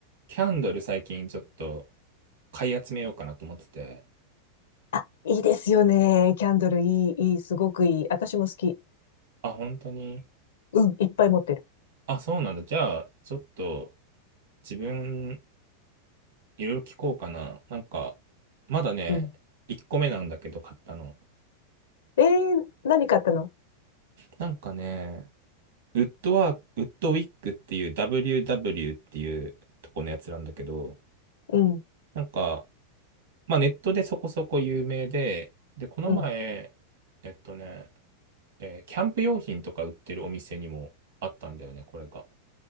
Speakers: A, on the right; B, on the left.
A: キャンドル最近ちょっと買い集めようかなと思ってて、
B: あ、いいですよね。キャンドルいい、いい、すごくいい。私も好き。
A: あ、本当に、
B: うん、いっぱい持ってる。
A: あ、そうなんだ。じゃあ、ちょっと自分いろいろ聞こうかな。なんか、まだね、
B: うん。
A: 1個目なんだけど買ったの。
B: えー、何買ったの
A: なんかね、ウッドワーク、ウッドウィックっていう WW っていうとこのやつなんだけど、
B: うん、
A: なんか、まあネットでそこそこ有名で、で、この前、
B: うん。
A: えっとね、えーキャンプ用品とか売ってるお店にもあったんだよね、これが。